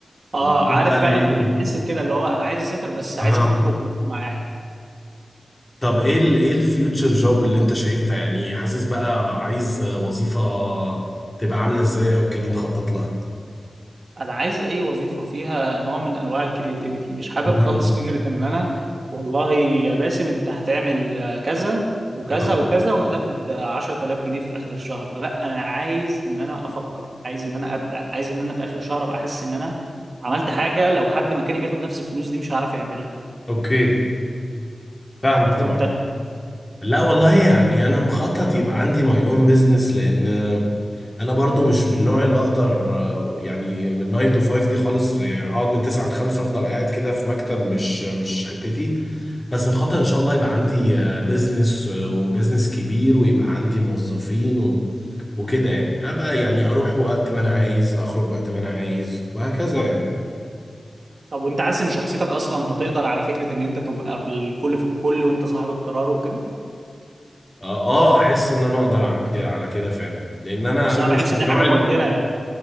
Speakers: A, on the right (about 65°); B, on the left (about 25°).
A: اه
B: وبتبقى
A: عارف
B: العيلة
A: فعلا انت بتحس بكده اللي هو انا عايز اسافر بس عايز
B: اها
A: اخدكم كلكم معايا
B: طب ايه ال ايه الفيوتشر جوب اللي انت شايفها يعني حاسس بقى عايز وظيفة تبقى عاملة ازاي او كده مخطط لها
A: انا عايز اي وظيفه فيها نوع من انواع الكرياتيفيتي مش حابب
B: مهم.
A: خالص فكره ان انا والله يا باسم انت هتعمل آه، كذا وكذا
B: اه
A: وكذا وهتاخد آه، 10000 جنيه في اخر الشهر لا انا عايز ان انا افكر عايز ان انا ابدع عايز ان انا في اخر الشهر ابقى احس ان انا عملت حاجه لو حد مكاني بياخد نفس الفلوس دي مش هعرف يعملها
B: اوكي فاهمك طبعا
A: وانت
B: لا والله يعني انا مخطط يبقى عندي ماي اون بزنس لان انا برضو مش من النوع اللي اقدر آه، يعني من 9 تو 5 دي خالص يعني اقعد من 9 ل 5 افضل قاعد كده في مكتب مش مش حتتي بس مخطط ان شاء الله يبقى عندي بزنس وبزنس كبير ويبقى عندي موظفين و- وكده يعني ابقى يعني اروح وقت ما انا عايز اخرج وقت ما انا عايز وهكذا يعني
A: طب وانت حاسس ان شخصيتك اصلا هتقدر على فكره ان انت تبقى الكل في الكل وانت صاحب القرار وكده
B: اه آه، احس ان انا اقدر على كده على كده فعلا لان انا
A: اصل
B: انا مش
A: انا بحس
B: من
A: ان
B: النوع
A: هي حاجه موتره يعني